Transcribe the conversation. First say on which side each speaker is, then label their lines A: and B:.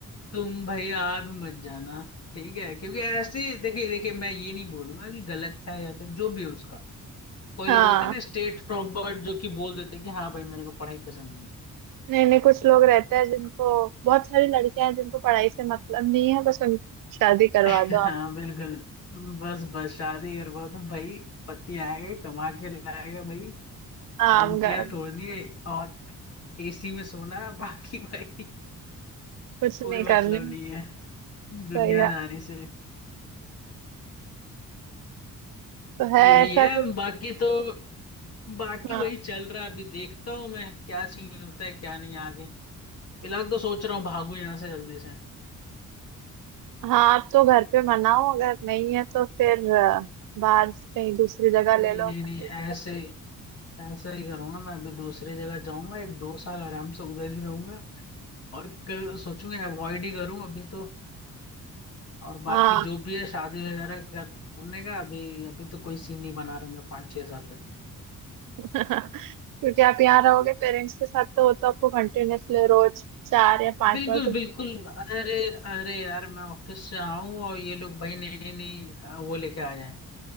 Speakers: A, on the left; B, on the right.
A: तुम भाई आ भी मत जाना ठीक है क्योंकि ऐसे देखिए देखिए मैं ये नहीं बोलूंगा कि गलत है या फिर जो भी है उसका कोई
B: हाँ
A: लोग होते हैं ना स्टेट प्रॉपर्ट जो कि बोल देते हैं कि हाँ भाई मेरे को पढ़ाई पसंद नहीं
B: नहीं नहीं कुछ लोग रहते हैं जिनको बहुत सारी लड़कियां हैं जिनको पढ़ाई से मतलब नहीं है बस उनकी शादी करवा
A: है।
B: दो
A: <laughs> हाँ
B: आप
A: बिल्कुल बस बस शादी करवा तो भाई पति आएगा कमा के लाएगा भाई
B: आम
A: रोटियां
B: घर में
A: तोड़नी है और एसी में सोना है, बाकी भाई
B: कुछ
A: कोई
B: नहीं
A: मतलब
B: करने में
A: नहीं है दुनियादारी
B: सही है
A: से
B: तो है
A: यही
B: ऐसा
A: है
B: कुछ
A: बाकी तो बाकी
B: हाँ
A: वही चल रहा है अभी देखता हूँ मैं क्या सीन होता है क्या नहीं आगे फिलहाल तो सोच रहा हूँ भागू यहाँ से जल्दी से
B: हाँ आप तो घर पे मनाओ अगर नहीं है तो फिर अ, बाहर से कहीं दूसरी जगह
A: नहीं
B: ले लो
A: नहीं
B: ताकि
A: नहीं ऐसे ऐसा ही करूंगा मैं अभी दूसरी जगह जाऊंगा एक दो साल आराम से उधर ही रहूंगा और क- सोचूंगा अवॉइड ही करूं अभी तो और बाकी
B: हाँ
A: जो भी है शादी वगैरह करने का अभी अभी तो कोई सीन नहीं बना रहे मैं पाँच छह साल तक
B: <laughs> क्योंकि आप यहाँ रहोगे पेरेंट्स के साथ तो वो तो आपको कंटिन्यूअसली रोज चार या पांच
A: बिल्कुल
B: बार तो बोलते
A: बिल्कुल अरे अरे यार मैं ऑफिस से आऊं और ये लोग भाई नई नई अ, वो लेके आ जाएं